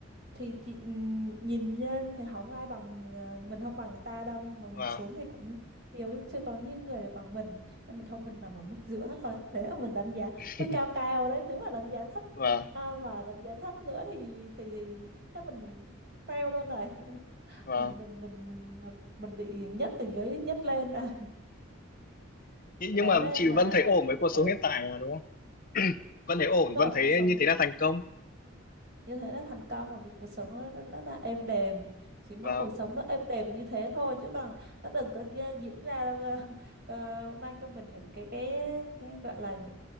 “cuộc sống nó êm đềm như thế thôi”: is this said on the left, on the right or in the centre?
Right